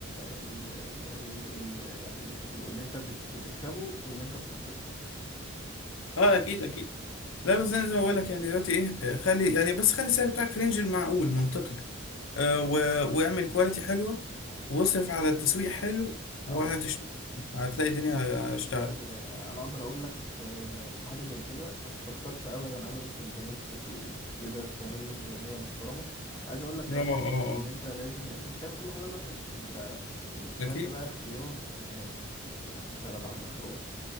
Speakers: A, on the left; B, on the left.
A: ال ال ال ال يعني ال- ال- اللي انت بت- بتكسبه واللي انت بتصرفه
B: اه اكيد اكيد لا بس انا زي ما بقول لك يعني دلوقتي ايه آه، خلي يعني بس خلي السعر بتاعك في رينج المعقول منطقي آه و... واعمل كواليتي حلوه واصرف على التسويق حلو
A: اه
B: وهتشتغل هتلاقي الدنيا اشتغلت
A: يعني انا اقدر اقول لك آه، في حاجه زي كده ما تستخسرش ابدا ابدا في ميزانيه التسويق التسويق ده تعمل له ميزانيه محترمه وعايز اقول لك كمان
B: اه اه اه
A: ان انت لازم يعني انت مش هتعمل كل حاجه لوحدك انت الفن
B: اكيد
A: بقى اختيار الناس اللي هتشتغل على المشروع